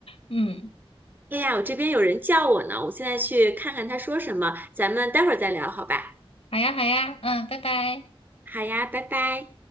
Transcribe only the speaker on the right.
哎呀，我这边有人叫我呢，我现在去看看他说什么，咱们待会儿再聊，好吧？
好呀，拜拜。